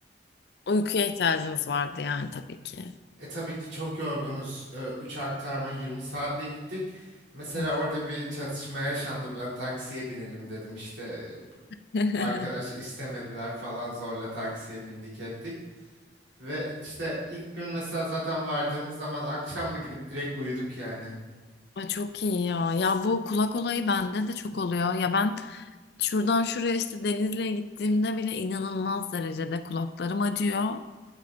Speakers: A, on the left (about 60°); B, on the right (about 80°).
A: Uykuya ihtiyacınız vardı yani tabii ki.
B: e tabii ki çok yorgunuz. E, Üç aktarma 20 saatle gittik. Mesela
A: Of.
B: orada bir çatışma yaşandı. Ben taksiye binelim dedim işte
A: <laughs>
B: Arkadaş istemediler falan zorla taksiye bindik ettik. Ve işte ilk gün mesela zaten vardığımız zaman akşam da gidip direkt uyuduk yani.
A: Ay çok iyi ya. Ya bu kulak olayı bende de çok oluyor. Ya ben şuradan şuraya işte Denizli'ye gittiğimde bile inanılmaz derecede kulaklarım acıyor.